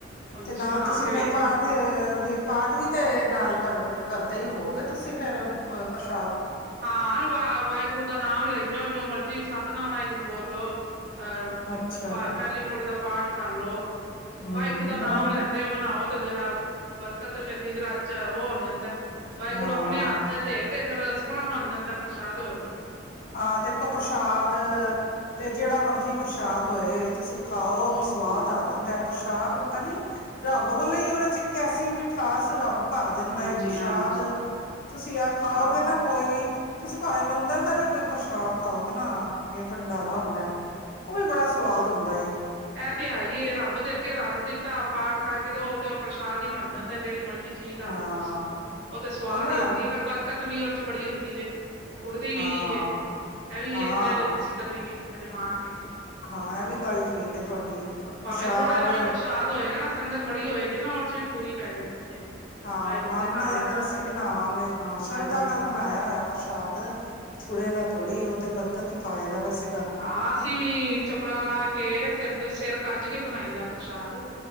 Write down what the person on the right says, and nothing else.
ਹੁਣ
ਬਣਾ
ਕੇ
ਵੇਖਣਾ
ਹਾਂ, ਵ ਵਾਹਿਗੁਰੂ ਦਾ ਨਾਮ ਲਈ ਜਾਔ ਜੋ ਮਰਜੀ ਸਤਨਾਮ ਵਾਹਿਗੁਰੂ ਬੋਲ ਲੌ। ਅ
ਪੇਲੀ ਪੌੜੀ ਦਾ ਪਾਠ ਕਾਰਲੋ।
ਵਹਿਗੁਰੂ ਦਾ ਨਾਮ
ਲੈਂਦੇ ਹੋਏ ਬਨਾਓ। ਤੇ ਜਰਾ ਬਰਕਤ ਪੈਂਦੀ ਜਰਾ ਚ ਔ ਹੋ ਜਾਂਦੈ ਵਾਹਿਗੁਰੂ
ਆਪੇਨ ਹੱਥ ਦੇ ਕੇ <unintelligible> ਸੋਨਾ ਬਨ ਜਾਂਦੈ ਪ੍ਰਸ਼ਾਦ। ਹੋਰ ਕੀ ਐ?
ਉਹ
ਹਾਂਜੀ-ਹਾਂਜੀ
ਹਾਂ।
ਐ ਤੇ ਹੈ ਈ ਏ, ਰੱਬ ਦੇ ਅੱਗੇ ਰੱਖ ਦਿੱਤਾ, ਪਾਠ ਕਰਕੇ ਤੇ ਔ ਤੇ ਪ੍ਰਸ਼ਾਦ ਈ ਬਨ ਜਾਂਦੈ ਜਿਹੜੀ ਮਰਜ ਜ ਚੀਜ਼ ਦਸਦੋ
ਤੁਸੀ, ਔ ਤੇ ਸਵਾਦ
ਈ ਹੁੰਦੀ ਏ ਫੇਰ ਬਰਕਤ ਵੀ ਉਹ ਚ ਬੜੀ ਹੁੰਦੀ ਜੇ। ਉੱਡਦੀ ਵੀ
ਨੀ ਜੇ ਏ ਵੀ ਵੇਖ
ਲਿਆ, ਜੇ ਤੁਸੀ ਕਦੀ ਵੀ। ਅਜਮਾ ਕੇ
ਭਾਵੇਂ
ਥੋੜਾ ਜੇਆ ਵੀ ਪ੍ਰਸ਼ਾਦ ਹੋ ਹੋਏਗਾ, ਨਾ ਸੰਗਤ ਬੜੀ ਹੋਏਗੀ ਨਾ ਔਰੇ ਚ ਵੀ ਪੂਰੀ ਪੈ ਜਾਂਦੀ ਜੇ
ਵਾਹਿਗੁਰੂ
ਦੇ
ਘਰ ਇੰਨਾ
ਏ
ਹਾਂਜੀ
ਹਾਂਜੀ
ਹਾਂ ਅਸੀਂ ਵੀ ਚੱਪਲਾਂ ਲਾ ਕੇ ਸਿਰ ਤੇ ਸਿਰ ਕੱਜ ਕੇ ਬਨਾਈ ਦਾ। ਪ੍ਰਸ਼ਾਦ